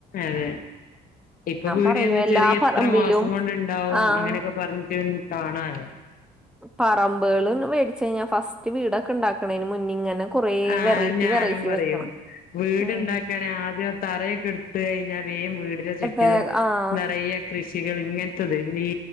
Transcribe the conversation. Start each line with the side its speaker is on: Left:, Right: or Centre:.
Left: അതെ ഇപ്പൊ പീടികെന്ന്
Centre: പറയും എല്ലാ
Left: ചെറിയ എത്ര
Centre: പറമ്പിലും
Left: മാസം കൊണ്ടുണ്ടാവും
Centre: ആഹ്
Left: അങ്ങനെയൊക്കെ പറഞ്ഞിട്ട് കാണാലോ
Centre: പറമ്പെള് വേടിച്ഴിഞ്ഞാൽ ഫസ്റ്റ് വീടൊക്കെ ഉണ്ടാക്കണെന് മുന്നെ ഇങ്ങനെ കൊറേ
Left: ആഹ്
Centre: വെറൈറ്റി
Left: ഞാനും
Centre: വെറൈറ്റി
Left: പറയും
Centre: വെക്കണം
Left: വീടുണ്ടാക്കാൻ
Centre: ഉം
Left: ആദ്യം തറയൊക്കെ എടു ത്ത് കഴിഞ്ഞാ വേം വീട് ചുറ്റിലും
Centre: ഇപ്പ ആഹ്
Left: നിറയെ കൃഷികള് ഇങ്ങനത്തത് ഈ